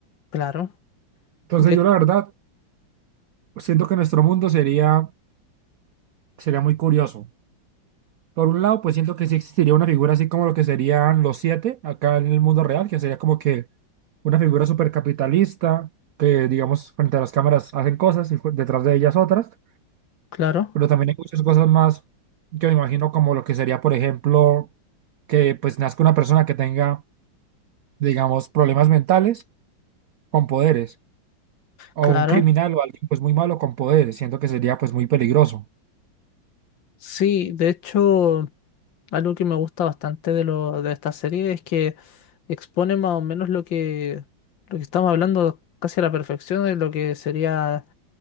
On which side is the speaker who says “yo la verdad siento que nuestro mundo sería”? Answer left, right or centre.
Right